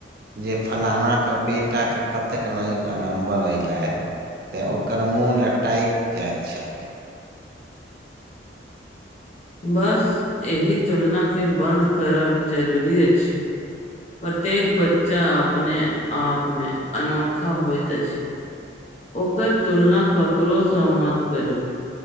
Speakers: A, on the right (about 55°); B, on the left (about 35°).
A: जे फलानाके बेटाके, कतेक निक नम्बर अयलै। तऽ ओकर मुँह लटकि जाइत छैक।
B: बस एहि तुलनाके बन्द करब जरूरी अछि। प्रत्येक बच्चा अपने आप मे अनोखा होइत अछि। ओकर तुलना ककरोसँ मत करू।